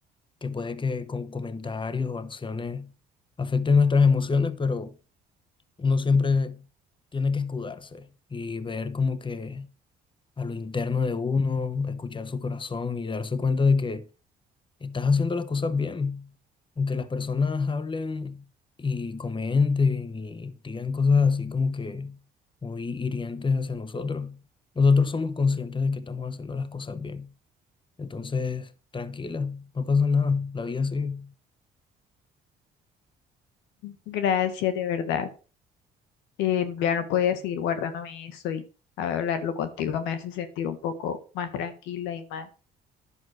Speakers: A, on the left; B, on the left.
A: que puede que con comentarios o acciones afecten nuestras emociones, pero uno siempre tiene que escudarse y ver como que a lo interno de uno, escuchar su corazón y darse cuenta de que estás haciendo las cosas bien. Aunque las personas hablen y comenten y digan cosas así como que muy hirientes hacia nosotros, nosotros somos conscientes de que estamos haciendo las cosas bien. Entonces, tranquila, no pasa nada, la vida sigue.
B: Gracias, de verdad. Eh, ya no podía seguir guardándome eso y hablarlo contigo me hace sentir un poco más tranquila y más